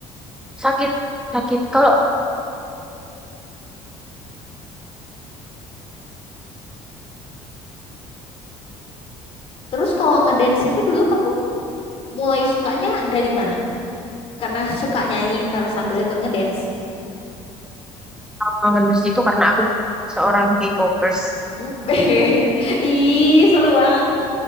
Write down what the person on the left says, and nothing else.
Terus kalau ngedance itu dulu kamu mulai sukanya dari mana? Karena suka nyanyi terus sambil ikut ngedance.
Hmm, <laughs> Ih, seru banget.